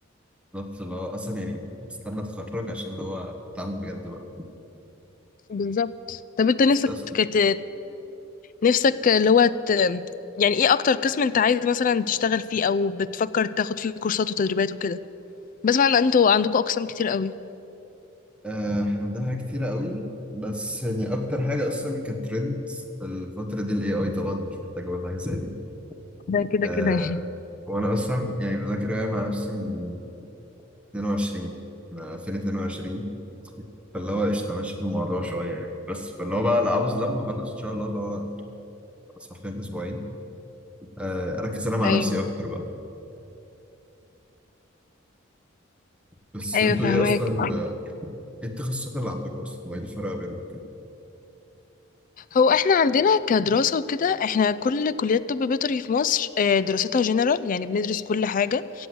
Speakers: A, in the centre; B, on the left.
A: بالظبط اللي هو اصلا يعني استنى اتخرج عشان اللي هو اتعلم بجد بقى
B: بالظبط طب انت نفسك
A: استاذ
B: كت... نفسك اللي هو ت... يعني ايه اكتر قسم انت عايز مثلا تشتغل فيه او بتفكر تاخد فيه كورسات وتدريبات وكده بسمع ان انتوا عندكم اقسام كتير قوي
A: آه، احنا عندنا حاجات كتيره قوي بس يعني اكتر حاجه اصلا كانت ترند الفتره دي الاي اي طبعا مش محتاج اقول حاجه زي دي
B: ده كده
A: آه
B: كده يعني
A: وانا اصلا يعني بذاكر ايه مع نفسي من 22 من 2022 فاللي هو قشطه ماشي في الموضوع شويه يعني بس فاللي هو بقى اللي عاوز لما اخلص ان شاء الله اللي هو بس حرفيا اسبوعين آه اركز انا مع
B: ايوه
A: نفسي اكتر بقى بس
B: ايوه
A: انتوا
B: فهماك
A: ايه اصلا آه، ايه التخصصات اللي عندكم اصلا وايه الفرق بينهم كده
B: هو احنا عندنا كدراسه وكده احنا كل كليات طب بيطري في مصر آه، دراستها جنرال يعني بندرس كل حاجه